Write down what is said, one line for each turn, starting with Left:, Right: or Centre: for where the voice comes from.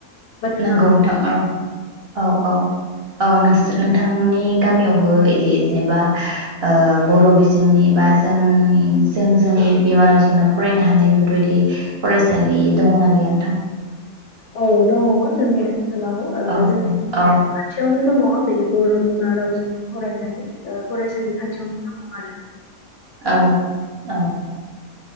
Left: बाथ्रा
Right: नंगौ
Left: आरो
Right: नोंथां औ -औ -औ औ नों नोंथांमोननि गामियावबो बिदि जेनेबा बर' बिजोंनि बा जों जों जोंनि बिमा रावजोंनो फरायनो हानाय बेफोरबायदि फरायसालि दङ ना गैया गैया नोंथां
Left: औ दङ जोंनि ओनसोलाव
Right: औ
Left: जोंनि
Right: औ
Left: खाथियावनो दङ बे बर' बिमा रावजों फरायनाय फरायसालि खाथियावनो दङ आरो
Right: औ- औ